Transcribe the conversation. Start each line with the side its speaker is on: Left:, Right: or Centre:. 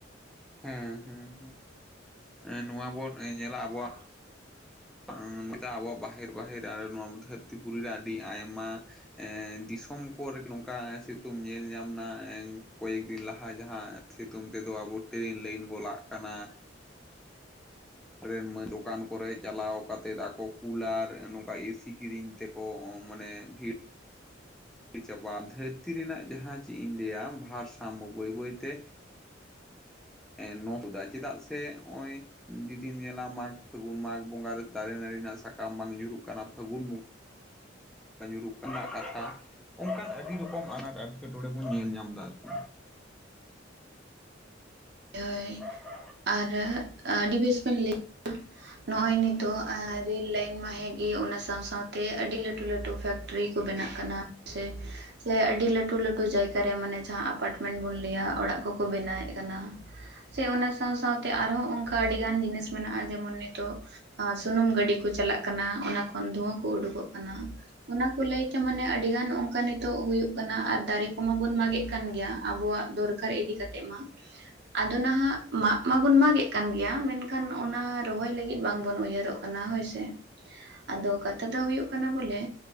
Centre: ᱦᱮᱸ, ᱦᱮᱸ, ᱦᱮ ᱱᱚᱣᱟ ᱵᱚᱱ ᱧᱮᱞᱟ ᱟᱵᱚᱣᱟᱜ
Right: <inaudible> <inaudible>
Centre: ᱚᱱᱠᱟ ᱟᱵᱚᱣᱟᱜ ᱵᱟᱦᱮᱨ ᱵᱟᱦᱮᱨ, ᱱᱚᱣᱟ ᱫᱷᱟᱹᱨᱛᱤ ᱯᱩᱨᱤ ᱨᱮ, ᱟᱹᱰᱤ ᱟᱭᱢᱟ ᱮ ᱫᱤᱥᱚᱢ ᱠᱚ ᱨᱮ ᱜᱮ ᱱᱚᱝᱠᱟ, ᱥᱤᱛᱩᱝ ᱧᱮᱞ ᱧᱮᱞ ᱧᱟᱢᱮᱱᱟ ᱠᱚᱭᱮᱠ ᱫᱤᱱ ᱞᱟᱦᱟ ᱡᱟᱦᱟᱸ ᱥᱮᱛᱩᱝ ᱛᱮᱫᱚ ᱟᱵᱚ ᱴᱨᱮᱱ ᱞᱟᱹᱭᱤᱱ ᱜᱚᱞᱟᱜ ᱠᱟᱱᱟ᱾ ᱨᱮᱱ ᱫᱚᱠᱟᱱ ᱠᱚᱨᱮ ᱪᱟᱞᱟᱣ ᱠᱟᱛᱮᱫ, ᱟᱠᱚ ᱠᱩᱞᱟᱨ ᱱᱚᱝᱠᱟ ᱮᱥᱤ ᱠᱤᱨᱤᱧ ᱛᱮᱠᱚ ᱢᱟᱱᱮ ᱵᱷᱤ ᱪᱟᱵᱟ ᱫᱷᱟᱹᱨᱛᱤ ᱨᱮᱱᱟᱜ ᱡᱟᱦᱟᱸ ᱪᱤᱫ ᱤᱧ ᱞᱟᱹᱭᱟ ᱵᱷᱟᱨ ᱥᱟᱢᱢᱳ ᱵᱳᱭ ᱵᱳᱭᱛᱮ ᱮᱸ ᱱᱚᱠᱚᱫᱟ ᱪᱮᱫᱟᱜ ᱥᱮ ᱚᱭ ᱡᱩᱫᱤᱢ ᱧᱮᱞᱟ ᱢᱟᱜᱽ ᱯᱷᱟᱹᱜᱩᱱ ᱢᱟᱜᱽ ᱵᱚᱸᱜᱟ ᱨᱮ ᱫᱟᱨᱮ ᱱᱟᱹᱲᱤ ᱨᱮᱱᱟᱜ ᱥᱟᱠᱟᱢ ᱵᱟᱝ ᱧᱩᱨᱩᱜ ᱠᱟᱱᱟ ᱯᱷᱟᱹᱜᱩᱱ ᱵᱩᱝ ᱜᱟ ᱧᱩᱨᱩᱜ ᱠᱟᱱᱟ ᱯᱟᱛᱟ ᱚᱱᱠᱟᱱ ᱟᱹᱰᱤ ᱨᱚᱠᱚᱢ ᱟᱱᱟᱴ ᱮᱴᱠᱮᱴᱚᱬᱮ ᱵᱚᱱ ᱧᱮᱞ ᱧᱟᱢᱫᱟ ᱟᱨᱠᱤ
Right: ᱦᱳᱭ
Centre: <inaudible>
Right: ᱟᱨ ᱟᱹᱰᱤ ᱵᱮᱥ ᱵᱮᱱ ᱞᱟᱹᱭ <unintelligible> ᱱᱚᱜ ᱚᱭ ᱱᱤᱛᱚᱜ ᱮᱸ ᱨᱮᱞ ᱞᱟᱭᱤᱱ ᱢᱟ ᱦᱮᱸᱜᱤ ᱚᱱᱟ ᱥᱟᱶ ᱥᱟᱶᱛᱮ ᱟᱹᱰᱤ ᱞᱟᱹᱴᱩ ᱞᱟᱹᱴᱩ ᱯᱷᱮᱠᱴᱨᱤ ᱠᱚ ᱵᱮᱱᱟᱜ ᱠᱟᱱᱟ ᱥᱮ ᱥᱮ ᱟᱹᱰᱤ ᱞᱟᱹᱴᱩ ᱞᱟᱹᱴᱩ ᱡᱟᱭᱜᱟᱨᱮ ᱢᱟᱱᱮ ᱡᱟᱦᱟᱸ ᱟᱯᱟᱴᱢᱮᱱᱴ ᱵᱚᱱ ᱞᱟᱹᱭᱟ ᱚᱲᱟᱜ ᱠᱚᱠᱚ ᱵᱮᱱᱟᱣᱮᱫ ᱠᱟᱱᱟ᱾ ᱥᱮ ᱚᱱᱟ ᱥᱟᱶ ᱥᱟᱶᱛᱮ ᱟᱨᱦᱚᱸ ᱚᱝᱠᱟ ᱟᱹᱰᱤᱜᱟᱱ ᱡᱤᱱᱤᱥ ᱢᱮᱱᱟᱜᱼᱟ ᱡᱮᱢᱚᱱ ᱱᱤᱛᱚᱜ ᱟᱸ ᱥᱩᱱᱩᱢ ᱜᱟᱹᱰᱤ ᱠᱩ ᱪᱟᱞᱟᱜ ᱠᱟᱱᱟ ᱚᱱᱟ ᱠᱷᱚᱱ ᱫᱷᱩᱣᱟᱹ ᱠᱩ ᱩᱰᱩᱠᱚᱜ ᱠᱟᱱᱟ᱾ ᱚᱱᱟ ᱠᱚ ᱞᱟᱹᱭᱛᱮ ᱢᱟᱱᱮ ᱟᱹᱰᱤᱜᱟᱱ ᱚᱝᱠᱟ ᱱᱤᱛᱚᱜ ᱦᱩᱭᱩᱜ ᱠᱟᱱᱟ ᱟᱨ ᱫᱟᱨᱮ ᱠᱚᱢᱟᱵᱚᱱ ᱢᱟᱜᱮᱫ ᱠᱟᱱ ᱜᱮᱭᱟ ᱟᱵᱚᱣᱟᱜ ᱫᱚᱨ ᱠᱟᱨ ᱤᱫᱤ ᱠᱟᱛᱮᱫ ᱢᱟ ᱟᱫᱚ ᱱᱟᱦᱟᱸᱜ ᱢᱟᱜ ᱢᱟᱵᱚᱱ ᱢᱟᱜᱮᱫ ᱠᱟᱱ ᱜᱮᱭᱟ ᱢᱮᱱᱠᱷᱟᱱ ᱚᱱᱟ ᱨᱚᱦᱚᱭ ᱞᱟᱹᱜᱤᱫ ᱵᱟᱝᱵᱚᱱ ᱩᱭᱦᱟᱹᱨᱚᱜ ᱠᱟᱱᱟ ᱦᱳᱭ ᱥᱮ ᱟᱫᱚ ᱠᱟᱛᱷᱟ ᱫᱚ ᱦᱩᱭᱩᱜ ᱠᱟᱱᱟ ᱵᱚᱞᱮ